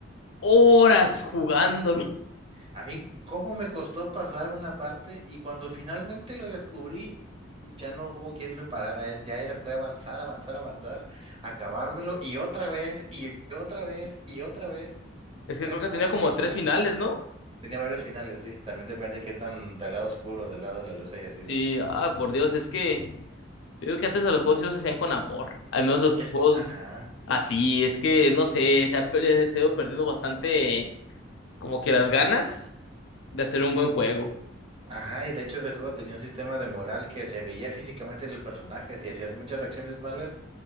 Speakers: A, on the left; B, on the right.
A: horas jugándolo.
B: A mí, ¿cómo me costó pasar una parte? Y cuando finalmente lo descubrí, ya no hubo quien me parara. eh, Ya era, fue avanzar, avanzar, avanzar, acabármelo y otra vez, y otra vez, y otra vez,
A: Es
B: tres,
A: que creo que
B: cuatro,
A: tenía como
B: cinco
A: tres
B: veces.
A: finales, ¿no?
B: Tenía varios finales, sí. También depende qué tan del lado oscuro, del lado de la luz haya sido.
A: Sí, ah, por Dios, es que yo digo que antes a los juegos sí los hacían con amor, al menos los
B: Y es
A: juegos
B: que, ajá,
A: así, es que no sé, se ha, per- se ha ido perdiendo bastante como que las ganas de hacer un buen juego.
B: ajá, y de hecho ese juego tenía un sistema de moral que se veía físicamente en el personaje. Si hacías muchas acciones malas,